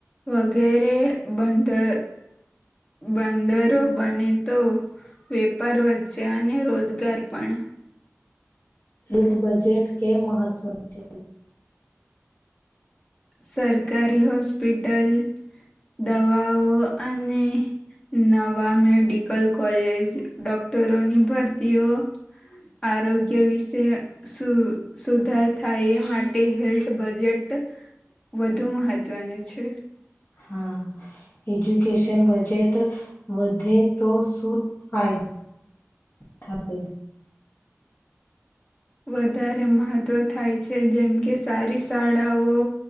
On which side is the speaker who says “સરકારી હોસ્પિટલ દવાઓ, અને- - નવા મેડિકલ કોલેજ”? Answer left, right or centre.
Left